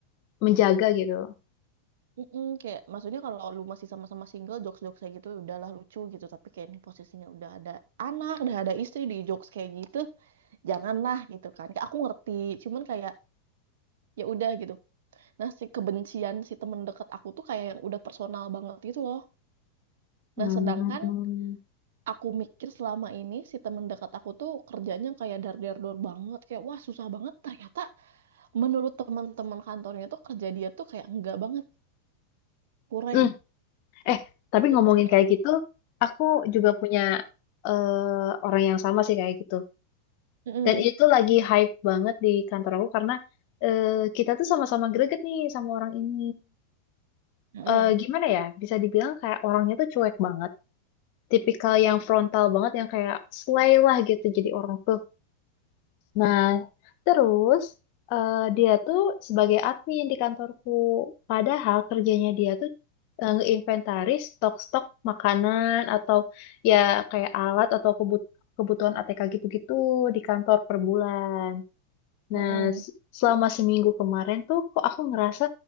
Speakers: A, on the left; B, on the right.
A: menjaga gitu.
B: Mm-mm, kayak maksudnya kalau lu masih sama-sama single jokes-jokes kayak gitu udahlah lucu gitu tapi kayak ini posisinya udah ada anak udah ada istri di jokes kayak gitu janganlah gitu kan kayak aku ngerti cuman kayak ya udah gitu nah si kebencian si temen deket aku tuh kayak yang udah personal banget gitu loh
A: Hmm.
B: nah sedangkan aku mikir selama ini si temen dekat aku tuh kerjanya kayak dar dar dor banget kayak wah susah banget ternyata menurut teman-teman kantornya tuh kerja dia tuh kayak enggak banget kurang
A: Hmm. Eh, tapi
B: terus
A: ngomongin
B: kayak
A: kayak gitu, aku juga punya eh, orang yang sama sih kayak gitu.
B: Mm-mm.
A: Dan itu lagi hype banget di kantor aku karena eh, kita tuh sama-sama greget nih sama orang ini.
B: Mm-mm.
A: Eh, gimana ya? Bisa dibilang kayak orangnya tuh cuek banget. Tipikal yang frontal banget yang kayak slay lah gitu jadi orang tuh. Nah, terus eh, dia tuh sebagai admin di kantorku. Padahal kerjanya dia tuh eh, ngeinventaris stok-stok makanan atau ya kayak alat atau kebut- kebutuhan ATK gitu-gitu di kantor per bulan. Nah,
B: Mm-mm.
A: s- selama seminggu kemarin tuh kok aku ngerasa